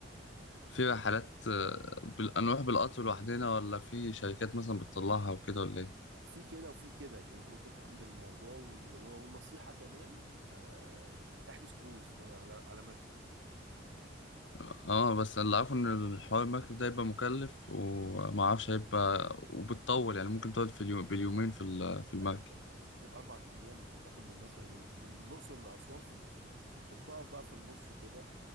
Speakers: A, on the left; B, on the right.
A: في رحلات آه، بال- نروح بالقطر لوحدنا ولا في شركات مثلا بتطلعها وكده ولا ايه
B: في كده وفي كده يعني انت ممكن تهندل الموضوع وال- والنصيحه كمان آه، احجز كروز ده على على مركب
A: اه بس اللي عارفه ان الحوار المركب ده هيبقى مكلف ومعرفش هيبقى وبتطول يعني ممكن تقعد في اليوم باليومين في ال- في
B: لا
A: المركب
B: انت بتبقى اربع ايام انت بتاخد من مثلا من الاقصر لاسوان في المركب وبتقف بقى في النص كده